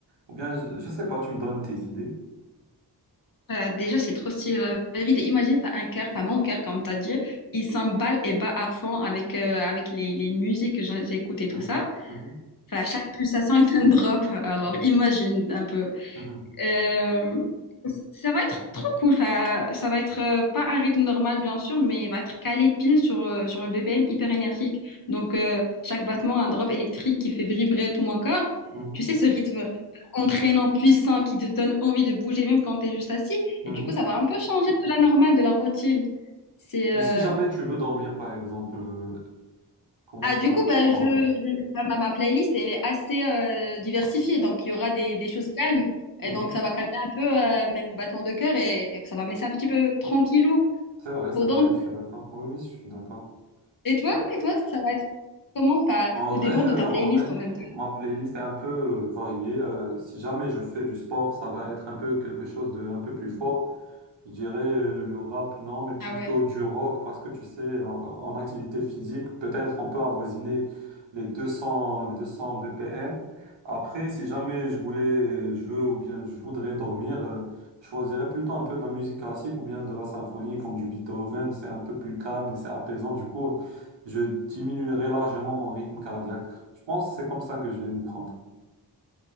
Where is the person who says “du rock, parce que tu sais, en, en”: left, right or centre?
Right